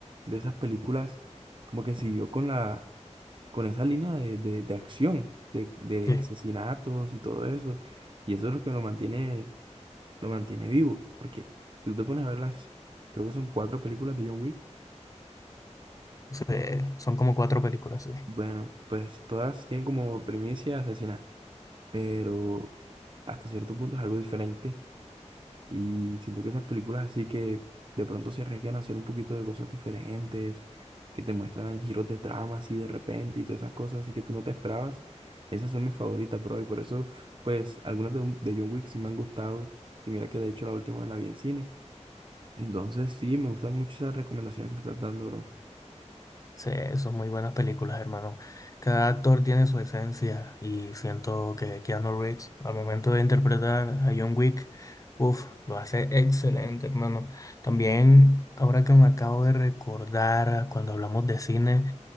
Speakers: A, on the right; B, on the left.
A: de esas películas como que siguió con la, con esa línea de, de, de acción, de, de
B: Sí.
A: asesinatos y todo eso. Y eso es lo que lo mantiene lo mantiene vivo. Porque si tú te pones a ver las, creo que son cuatro películas de John Wick,
B: Sí, son como cuatro películas, sí.
A: bueno, pues todas tienen como primicia asesinar, pero hasta cierto punto es algo diferente. Y siento que esas películas así que de pronto se arriesgan a hacer un poquito de cosas diferentes, que te muestran giros de trama así de repente y todas esas cosas así que tú no te esperabas. Esas son mis favoritas, bro, y por eso, pues, algunas de, de John Wick sí me han gustado. Y mira que de hecho la última la vi en cine. Entonces, sí, me gustan mucho esas recomendaciones que me estás dando, bro.
B: Sí, son muy buenas películas, hermano. Cada actor tiene su esencia y siento que Keanu Reeves, al momento de interpretar a John Wick, uff, lo hace excelente, hermano. También, ahora que me acabo de recordar cuando hablamos de cine,